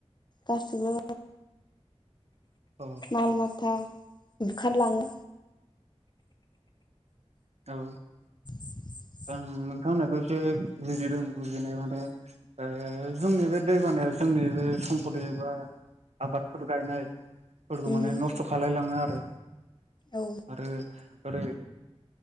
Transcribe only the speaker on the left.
गासैबो
माल माथा बुखारलाङो।
<inaudible>
उम
औ